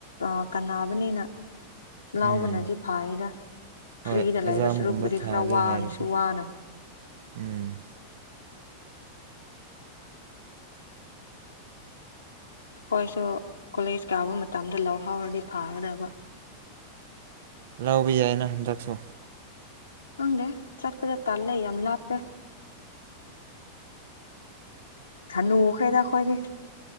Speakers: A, on the left (about 75°); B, on the right (about 55°).
A: ꯑ ꯀꯥꯟꯅꯕꯅꯤꯅ ꯂꯥꯎꯕꯅꯗꯤ
B: ꯎꯝ
A: ꯐꯥꯌꯦꯗ
B: ꯍꯣꯏ
A: ꯐ꯭ꯔꯤꯗ ꯂꯩꯕ
B: ꯑꯦꯛꯖꯥꯝꯒꯨꯝꯕ
A: ꯁꯨꯔꯨꯛꯕꯨꯗꯤ
B: ꯊꯥꯒꯦ
A: ꯈꯔ ꯋꯥꯅꯁꯨ
B: ꯍꯥꯏꯔꯁꯨ
A: ꯋꯥꯅ
B: ꯎꯝ
A: ꯈꯣꯏꯁꯨ ꯀꯣꯂꯦꯖ ꯀꯥꯕ ꯃꯇꯝꯗ ꯂꯧꯍꯧꯔꯗꯤ ꯐꯥꯒꯗꯕ
B: ꯂꯧꯕ ꯌꯥꯏꯅ ꯍꯟꯗꯛꯁꯨ
A: ꯈꯪꯗꯦ ꯆꯠꯄꯗ ꯇꯜꯂꯦ ꯌꯥꯝ ꯂꯥꯞꯄꯦ ꯊꯅꯨꯈ꯭ꯔꯦꯗ ꯈꯣꯏꯗꯤ